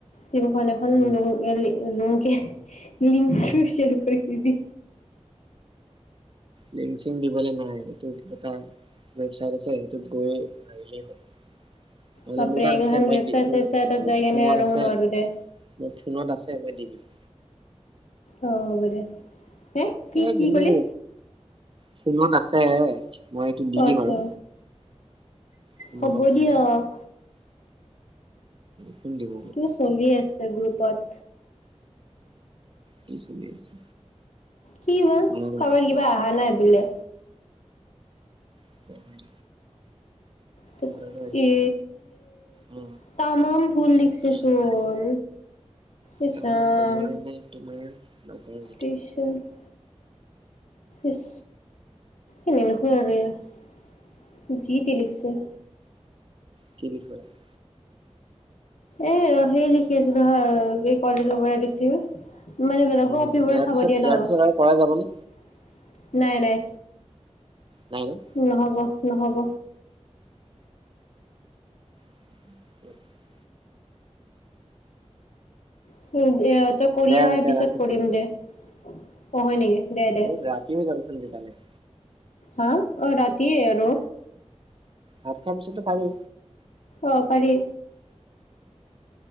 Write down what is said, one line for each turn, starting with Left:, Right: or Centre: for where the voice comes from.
Left: ফ্লিমখন এখন
Right: উম
Left: লুংয়েলি লুং কে লিংকটো শ্বেয়াৰ কৰি দিবি।
Right: লিংচিং দিবলে নাই এইটো এটা ৱেবচাইট আছে সেইটোত গৈ মাৰিলেই হ'ল। নহলে
Left: বাপৰে
Right: মোৰ তাত
Left: এইগিলাখান
Right: আছে মই
Left: ৱেবচাইট
Right: দি মোৰ-মোৰ
Left: চেবচাইটত যাই কেনে
Right: ফোনত
Left: আৰু
Right: আছে।
Left: নোৱাৰো দে
Right: মই ফোনত আছে মই দি দিম।
Left: অ, হ'ব দে হে কি
Right: এ
Left: কি
Right: কিন্তু
Left: ক'লি?
Right: ফোনত আছে মই এইটো দি
Left: আচ্ছা
Right: দিম আৰু। ফোনৰ
Left: হ'ব
Right: পৰা ফোনলে
Left: দিয়ক।
Right: ষুন দিব
Left: কিবা চলি আছে গ্ৰুপত।
Right: কি চলি আছে?
Left: কিবা
Right: মাৰা মাৰি
Left: কাবাৰ কিবা আহা নাই বোলে।
Right: <unintelligible>
Left: ত'
Right: মোৰ তালৈ আহিছে
Left: এ
Right: চাগে অ অ
Left: তামাম ভুল লিখছে
Right: আহা
Left: চোন।
Right: নাই
Left: ইচ
Right: তাৰ
Left: ৰাম
Right: তোমাৰ নে তোমাৰ লগৰ
Left: <unintelligible> ইচ এ নেলেখোৱে আৰু ইয়া যি টি লিখছে।
Right: কি লিখব <unintelligible>
Left: এ অ, সেই লিখি আছো নহয় এই কলেজৰ পৰা দিছিল। মানে বেলেগৰ
Right: উম
Left: কপিৰ পৰা
Right: ইয়াৰ
Left: চাব
Right: পিছত
Left: দিয়ে ন'।
Right: ইয়াৰ পিছত আৰু কৰা যাবনে
Left: নাই-নাই।
Right: নাই ন'?
Left: নহ'ব-নহ'ব।
Right: <unintelligible>
Left: <unintelligible> তই কৰি
Right: দে
Left: আহাৰ
Right: আৰু এতিয়া
Left: পিছত
Right: ৰাখিছো
Left: কৰিম দে অ, হয় নেকি? দে
Right: এই
Left: দে
Right: ৰাতি হৈ যাবচোন তেতিয়ালে।
Left: হাঁ' অ' ৰাতিয়ে আৰু।
Right: ভাত খোৱাৰ পিছতো পাৰি।
Left: অ' পাৰি।